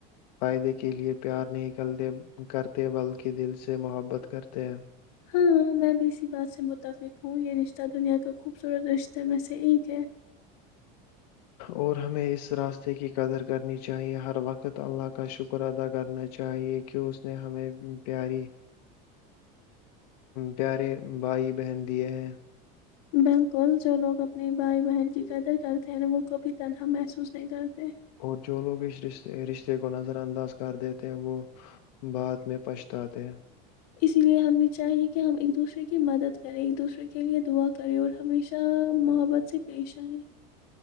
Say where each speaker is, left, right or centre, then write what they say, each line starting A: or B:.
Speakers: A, on the left; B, on the left.
A: فائدے کے لیے پیار نہیںکلتے کرتے بلکہ دل سے محبت کرتے ہیں
B: ہاں ہاں میں بھی اسی بات سے متفق ہوں یہ رشتہ دنیا کا خوبصورت رشتے میں سے ایک ہے
A: اور ہمیں اس راستے کی قدر کرنی چاہیے ہر وقت اللہ کا شکر ادا کرنا چاہیے کہ اس نے ہمیں پیاری پیارے بھائی بہن دیے ہیں
B: بالکل جو لوگ اپنی بھائی بہن کی قدر کرتے ہیں نا وہ کبھی تنہا محسوس نہیں کرتے
A: اور جو لوگ اس رشتے رشتے کو نظر انداز کر دیتے ہیں وہ بعد میں پچھتاتے ہیں
B: اسی لیے ہمیں چاہیے کہ ہم ایک دوسرے کی مدد کریں ایک دوسرے کے لئے دعا کریں اور ہمیشہ محبت سے پیش آئیں